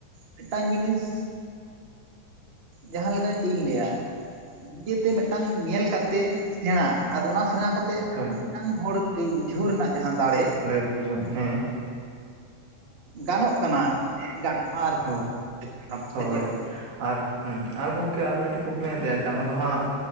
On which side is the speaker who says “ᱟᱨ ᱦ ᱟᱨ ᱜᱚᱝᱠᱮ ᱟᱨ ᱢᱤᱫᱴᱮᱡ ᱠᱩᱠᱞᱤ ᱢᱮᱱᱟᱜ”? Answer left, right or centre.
Right